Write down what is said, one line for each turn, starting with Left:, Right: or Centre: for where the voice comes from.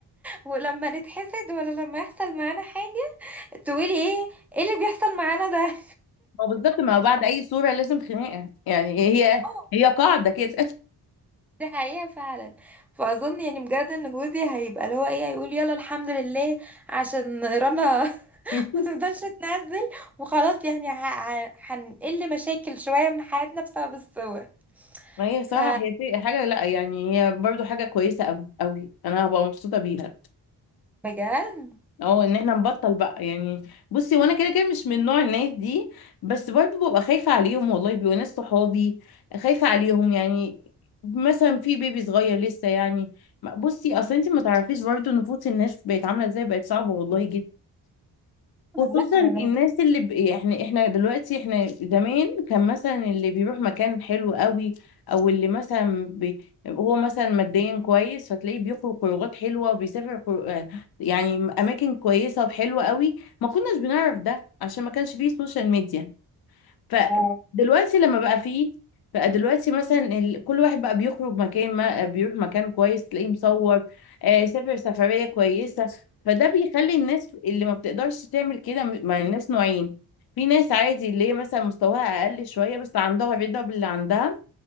Centre: ولما نتحسد ولا لما يحصل معانا حاجة تقولي ايه ايه اللي بيحصل معانا ده
Left: ما هو بالظبط ما هو بعد اي صورة لازم خناقة يعني هي
Centre: <laughs> اه
Left: هي قاعدة كده
Centre: دي حقيقة فعلا فأظن يعني بجد إن جوزي هيبقى اللي هو إيه هيقول يلا الحمد لله عشان رنا <laughs>
Left: <laughs>
Centre: ما تفضلش تنزل وخلاص يعني ه- ه- هنقل مشاكل شوية من حياتنا بسبب الصور
Left: ما هي صراحة
Centre: ف
Left: هي في- حاجة لا يعني هي برضو حاجة كويسة أوي أوي أنا هبقى مبسوطة بيها
Centre: بجد
Left: اه ان احنا نبطل بقى يعني بصي وانا كده كده مش من نوع الناس دي بس برضه ببقى خايفة عليهم والله بيبقوا ناس صحابي خايفة عليهم يعني مثلا في بيبي صغير لسه يعني ما- بصي اصل انت ما تعرفيش برضه نفوس الناس بقت عاملة ازاي بقت صعبة والله خصوصا
Centre: لا
Left: الناس
Centre: انا
Left: اللي ب... احنا احنا دلوقتي احنا زمان كان مثلا اللي بيروح مكان حلو قوي او اللي مثلا بي... هو مثلا ماديا كويس فتلاقيه بيخرج خروجات حلوه وبيسافر خر... آه، يعني اماكن كويسه وحلوه قوي ما كناش بنعرف ده عشان ما كانش فيه سوشيال ميديا فدلوقتي
Centre: آه،
Left: لما بقى فيه بقى دلوقتي مثلا ال... كل واحد بقى بيخرج مكان ما آه، بيروح مكان كويس تلاقيه مصور آه سافر سفرية كويسة فده بيخلي الناس اللي ما بتقدرش تعمل كده مع الناس نوعين في ناس عادي اللي هي مثلا مستواها أقل شوية بس عندها رضا باللي عندها